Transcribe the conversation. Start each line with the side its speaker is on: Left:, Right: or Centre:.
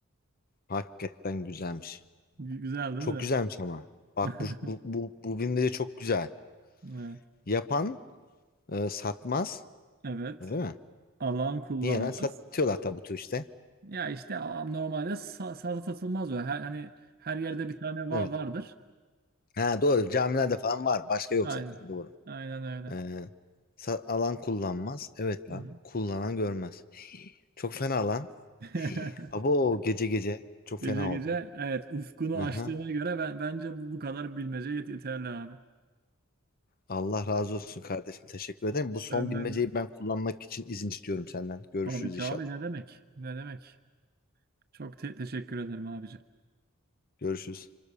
Left: Hakikaten güzelmiş.
Right: <laughs> Güzel değil
Left: Çok
Right: mi?
Left: güzelmiş ama. Bak
Right: <laughs>
Left: bu bu bu, bu bilmece çok güzel.
Right: Evet.
Left: Yapan e, satmaz.
Right: Evet.
Left: Öyle mi?
Right: Alan kullanmaz.
Left: Niye lan? Satıyorlar tabutu işte.
Right: Ya işte a- normalde sa sazı satılmaz o. Her, hani her yerde bir tane va
Left: Evet.
Right: vardır.
Left: Ha doğru. Camilerde falan var. Başka yok
Right: Aynen.
Left: zaten. Doğru.
Right: Aynen öyle.
Left: Ee, sa- alan kullanmaz. Evet
Right: Hı
Left: lan.
Right: hı.
Left: Kullanan görmez. Çok fena lan.
Right: <laughs>
Left: Abo gece gece. Çok
Right: Gece
Left: fena
Right: gece
Left: oldum.
Right: evet ufkunu
Left: Aha.
Right: açtığına göre ben bence bu, bu kadar bilmece yet- yeterli abi.
Left: Allah razı olsun kardeşim. Teşekkür ederim. Bu son
Right: Benden
Left: bilmeceyi
Right: de.
Left: ben kullanmak için izin istiyorum senden. Görüşürüz
Right: Tabii ki
Left: inşallah.
Right: abi ne demek? Ne demek? Çok te- teşekkür ederim abicim.
Left: Görüşürüz.